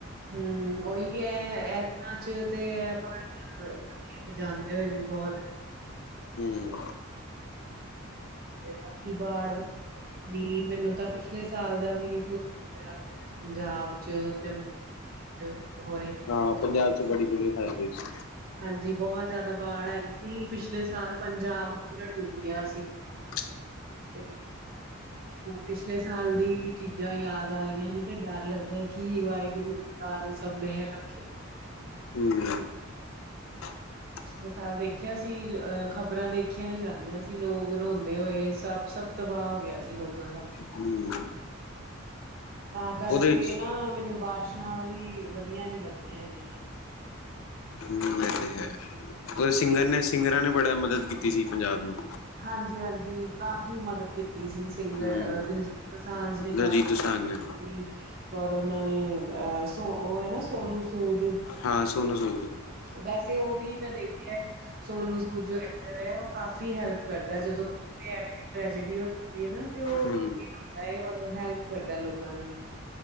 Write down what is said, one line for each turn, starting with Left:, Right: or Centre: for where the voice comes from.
Right: ਹੂੰ, ਔਹੀ ਕੀ ਐ, ਅੱਜ ਚ ਤੇ ਐ ਪਾਣੀ ਚ ਖੇਤ ਜਾਂਦੇ ਹੋਏ ਵੀ ਬਹੁਤ
Left: ਹੂੰ,
Right: ਬਾਕੀ ਬਾੜ ਵਗੈਰਾ ਕਿੰਨੀ, ਮੈਨੂੰ ਤਾਂ ਪਿਛਲੇ ਸਾਲ ਦਾ ਵੀ ਨੀ ਭੁੱਲ ਰਿਆ। ਪੰਜਾਬ ਚ, ਜੰਮੂ ਚ ਹੋ ਰੇ।
Left: ਹਾਂ, ਪੰਜਾਬ ਚ ਬੜੀ ਬੁਲੀ ਹਾਲਤ ਹੋਈ ਸੀ।
Right: ਹਾਂਜੀ, ਬੋਤ ਜ਼ਾਦਾ ਬਾੜ ਆਈ ਥੀ, ਪਿਛਲੇ ਸਾਲ ਪੰਜਾਬ ਪੂਰਾ ਡੁੱਬ ਗਿਆ ਸੀ।
Left: <inaudible>
Right: <inaudible> ਪਿਛਲੇ ਸਾਲ ਦੀ ਚੀਜ਼ਾਂ ਯਾਦ ਆ ਰਈਆਂ ਨੇ, ਤੇ ਡਰ ਲੱਗਦਾ ਕੀ ਵਾਏਗੁਰੂ ਸਾਲ ਸਭ ਮੇਹਰ ਰੱਖੇ।
Left: ਹੂੰ। <inaudible>
Right: ਪਿਛਲੇ ਸਾਲ ਦੇਖਿਆ ਸੀ, ਅ ਖ਼ਬਰਾਂ ਦੇਖੀਆਂ ਨੀ ਜਾਂਦੀਆਂ ਸੀ, ਲੋਕ ਰੋਂਦੇ ਹੋਏ, ਸਭ-ਸਭ ਤਬਾਹ ਹੋ ਗਿਆ ਸੀ, ਲੋਗਾਂ ਦਾ।
Left: ਹੂੰ।
Right: ਤਾਂ ਕਰਕੇ
Left: ਉਹਦੇ ਵਿੱਚ
Right: ਨਾ, ਮੈਨੂੰ ਬਾਰਸ਼ਾਂ ਵੀ ਵਧੀਆ ਨੀ ਲੱਗਦੀਆਂ ਹੈਗੀਆਂ।
Left: ਹੂੰ, ਇਹ ਤੇ ਹੈ। ਕੁੁਝ ਸਿੰਗਰ ਨੇ, ਸਿੰਗਰਾਂ ਨੇ ਬੜਾ ਮਦਦ ਕੀਤੀ ਸੀ, ਪੰਜਾਬ ਨੂੰ।
Right: ਹਾਂਜੀ-ਹਾਂਜੀ, ਕਾਫ਼ੀ ਮਦਦ ਕੀਤੀ ਸੀ, ਸਿੰਗਰ
Left: ਹੂੰ
Right: ਦਿਲਜੀਤ ਦੋਸਾਂਝ ਨੇ ਕਾਫ਼ੀ
Left: ਦਲਜੀਤ ਦੋਸਾਂਝ ਨੇ
Right: ਕੀਤੀ। ਹੋਰ ਉਹਨਾਂ ਨੇ, ਅ ਸੋ ਔ ਹੈ ਨਾ, ਸੋਨੂੰ ਸੂਦ।
Left: ਹਾਂ, ਸੋਨੂੰ ਸੂਦ ਦੀ।
Right: ਵੈਸੇ ਉਹ ਵੀ ਮੈਂ ਦੇਖਿਆ ਸੋਨੂੰ ਸੂਦ, ਜੋ ਐਕਟਰ ਐ, ਉਹ ਕਾਫ਼ੀ ਹੈਲਪ ਕਰਦਾ, ਜਦੋਂ ਵੀ ਐਵੇਂ ਦੀ ਟ੍ਰੈਜਡੀ ਹੋ ਜਾਂਦੀ ਏ ਨਾ, ਤੇ ਉਹ
Left: ਹੂੰ
Right: ਅੱਗੇ ਆਂਦਾ, ਔਰ ਹੈਲਪ ਕਰਦਾ ਲੋਗਾਂ ਦੀ।